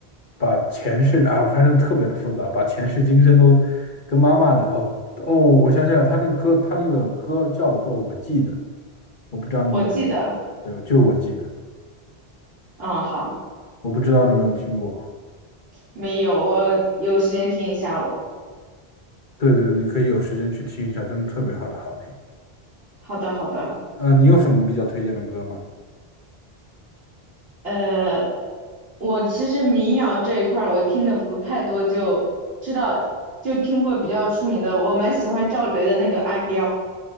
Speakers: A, on the left; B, on the right.
A: 把前世啊，反正特别的复杂，把前世今生都跟妈妈的哦哦，我想起来了，他那个歌，他那个歌叫做《我记得》，我不知道你有没有，
B: 我记得，
A: 对，就我记得，
B: 嗯，好，
A: 我不知道你有没有听过。
B: 没有，我有时间听一下我。
A: 对对对，你可以有时间去听一下，真的特别好的好听。
B: 好的，好的，
A: 嗯、你有什么比较推荐的歌吗？
B: 呃，我其实民谣这一块儿我听的不太多，就知道就听过比较出名的，我蛮喜欢赵雷的那个《阿刁》，